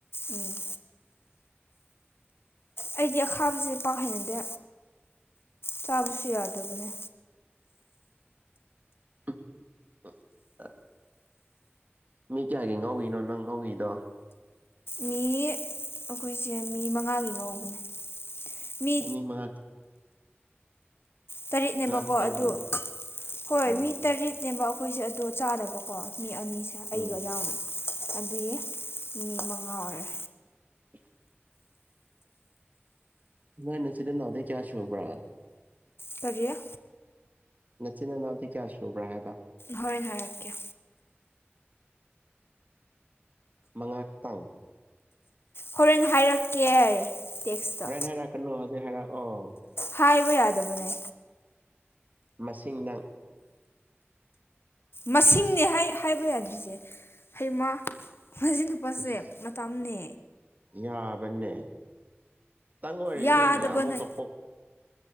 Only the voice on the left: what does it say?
ꯎꯝ ꯑꯩꯗꯤ ꯑꯈꯥꯕꯁꯦ ꯄꯥꯛ ꯍꯩꯅꯗꯦ ꯆꯥꯕꯁꯨ ꯌꯥꯗꯕꯅꯦ
ꯃꯤ ꯑꯩꯈꯣꯏꯁꯦ ꯃꯤ ꯃꯉꯥꯒꯤ ꯉꯧꯕꯅꯦ ꯃꯤ
ꯇꯔꯦꯠꯅꯦꯕꯀꯣ
ꯑꯗꯨ ꯍꯣꯏ
ꯃꯤ ꯇꯔꯦꯠꯅꯦꯕ ꯑꯩ ꯑꯩꯈꯣꯏꯁꯦ ꯑꯗꯣ ꯆꯥꯗꯕꯀꯣ ꯃꯤ ꯑꯅꯤꯁꯦ
ꯑꯩꯒ ꯌꯥꯎꯅ ꯑꯗꯨꯗꯤ ꯃꯤ ꯃꯉꯥ ꯑꯣꯏꯔꯦ
ꯇꯔꯌꯥ
ꯍꯣꯏ ꯍꯥꯏꯔꯛꯀꯦ
ꯍꯣꯔꯦꯟ ꯍꯥꯏꯔꯛꯀꯦ ꯇꯦꯛꯁꯇ
ꯍꯥꯏꯕ ꯌꯥꯗꯕꯅꯦ
ꯃꯁꯤꯡꯅꯦ
ꯍꯥꯏꯕ ꯌꯥꯗ꯭ꯔꯤꯁꯦ ꯍꯩꯃ ꯃꯁꯤ ꯅꯨꯄꯥꯁꯦ
ꯃꯇꯝꯅꯦ
ꯌꯥꯗꯕꯅꯦ